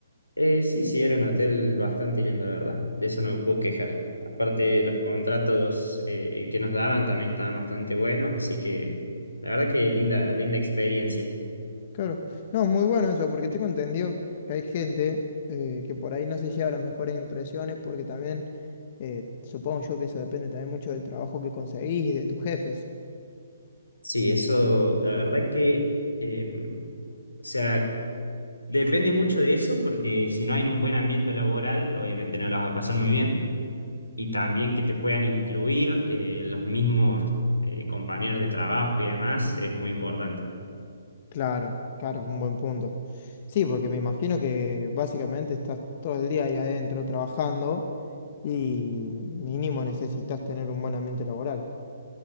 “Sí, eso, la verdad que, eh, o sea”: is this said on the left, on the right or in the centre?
Left